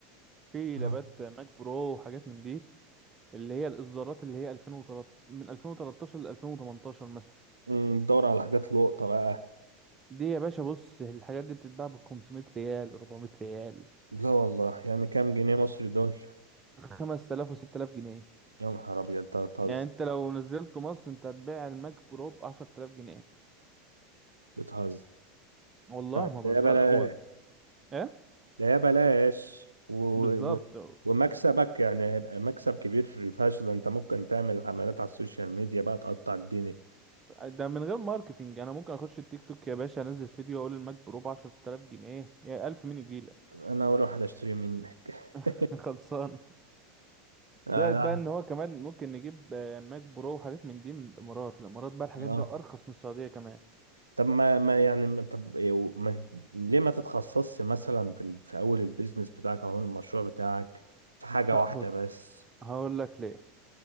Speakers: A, on the right; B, on the right.
A: في
B: اه
A: لابات ماك برو وحاجات من دي اللي هي الإصدارات اللي هي 2013 من 2013 ل 2018 مثلا
B: أمم، دور على حاجات لقطة بقى
A: دي يا باشا بص الحاجات دي بتتباع ب 500 ريال 400 ريال
B: لا والله يعني كام جنيه مصري دول
A: 5000 و6000 جنيه
B: يا نهار ابيض ده بتهزر
A: يعني انت لو نزلته مصر انت هتبيع الماك برو ب 10000 جنيه
B: بتهزر
A: والله
B: لا،
A: ما
B: ده
A: بهزر
B: يا بلاش
A: و... إيه؟
B: ده يا بلاش و...
A: بالظبط
B: و... ومكسبك يعني هيبقى مكسب كبير فشخ ده انت ممكن تعمل عملات على السوشيال ميديا بقى تقطع الدنيا
A: ده من غير ماركتينج انا ممكن اخش التيك توك يا باشا انزل فيديو اقول الماك برو ب 10000 جنيه يا 1000 مين يجيلك
B: انا اول واحد اشتري منك <laughs>
A: <laughs> خلصان
B: آه،
A: زائد
B: لا.
A: بقى ان هو كمان ممكن نجيب آه، ماك برو وحاجات من دي من الامارات الامارات بقى الحاجات
B: اه
A: دي ارخص من السعوديه كمان
B: طب ما ما يعني ما طب يو- ما ليه ما تتخصصش مثلا في ال- في اول البيزنس بتاعك او المشروع بتاعك في حاجة
A: لا
B: واحدة
A: بص
B: بس
A: هقول لك ليه